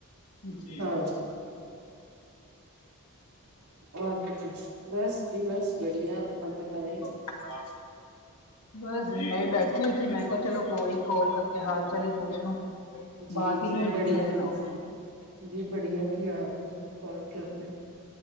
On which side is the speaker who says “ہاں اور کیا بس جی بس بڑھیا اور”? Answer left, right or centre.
Right